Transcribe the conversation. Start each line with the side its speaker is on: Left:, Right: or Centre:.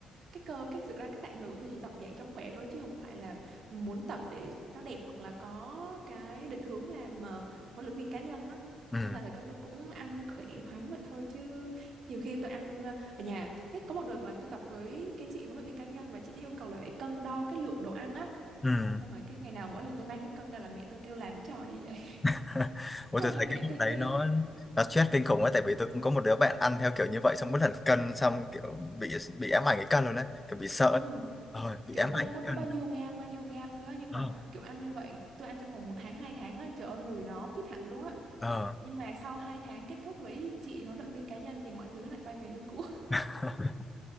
Right: cái cơ cái thực ra cái tạng người của tôi chỉ tập dạng cho khỏe thôi chứ không phải là muốn tập để nó đẹp hoặc là có cái định hướng làm ờ, huấn luyện viên cá nhân á.
Left: Ừ.
Right: Nên là thật ra tôi cũng ăn khỏe khoắn vậy thôi chứ nhiều khi tôi ăn ờ, ở nhà cái có một đợt là tôi tập với cái chị huấn luyện viên cá nhân và chị ấy yêu cầu là phải cân đo cái lượng đồ ăn á.
Left: Ừ.
Right: Xong rồi cái ngày nào mỗi lần tôi mang cái cân ra là mẹ tôi kêu làm cái trò gì vậy.
Left: <laughs>
Right: <laughs>
Left: Ủa
Right: Xong
Left: tôi
Right: rồi
Left: thấy
Right: mẹ
Left: cái lúc
Right: tôi
Left: đấy
Right: kêu
Left: nó
Right: là
Left: nó stress kinh khủng ấy tại vì tôi cũng có một đứa bạn ăn theo kiểu như vậy xong bất hẳn cân xong kiểu bị bị ám ảnh cái cân luôn đấy, kiểu bị sợ
Right: "Ồ
Left: ấy. Ờ, bị
Right: kiểu
Left: ám ảnh
Right: cân
Left: cái
Right: nó có
Left: cân.
Right: bao nhiêu gam bao nhiêu gam thôi á nhưng
Left: Ờ.
Right: mà kiểu ăn như vậy tôi ăn trong vòng một tháng hai tháng á trời ơi người nó fit hẳn luôn á
Left: Ờ.
Right: nhưng mà sau hai tháng kết thúc với chị huấn luyện viên cá nhân thì mọi thứ lại quay về như cũ
Left: <laughs>